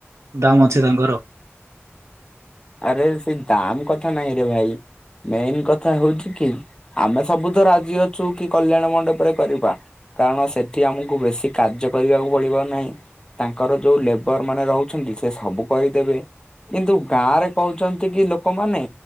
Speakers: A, on the right; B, on the left.
A: ଦାମ୍ ଅଛି ତାଙ୍କର।
B: ଆରେ ସେଇ ଦାମ୍ କଥା ନାହିଁରେ ଭାଇ। ମେନ୍ କଥା ହଉଛି କି ଆମେ ସବୁ ତ ରାଜି ଅଛୁ କି କଲ୍ୟାଣ ମଣ୍ଡପରେ କରିବା। କାରଣ ସେଠି ଆମୁକୁ ବେଶି କାର୍ଯ୍ୟ କରିବାକୁ ପଡ଼ିବ ନାହିଁ। ତାଙ୍କର ଯୋଉ ଲେବର ମାନେ ରହୁଛନ୍ତି ସେ ସବୁ କରିଦେବେ। କିନ୍ତୁ ଗାଁରେ କହୁଛନ୍ତି କି ଲୋକମାନେ